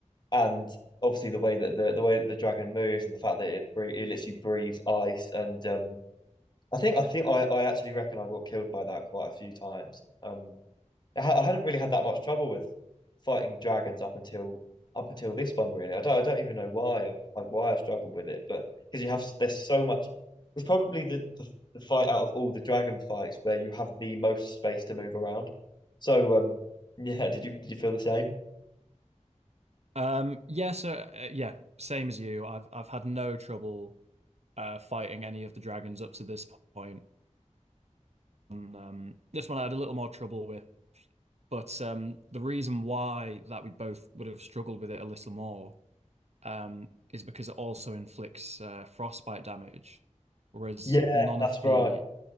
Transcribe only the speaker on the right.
um yeah so uh, yeah same as you I've I've had no trouble uh fighting any of the dragons up to this point And, um this one I had a little more trouble with but um the reason why that we both would have struggled with it a little more um is because it also inflicts uh, frostbite damage whereas
none
of
the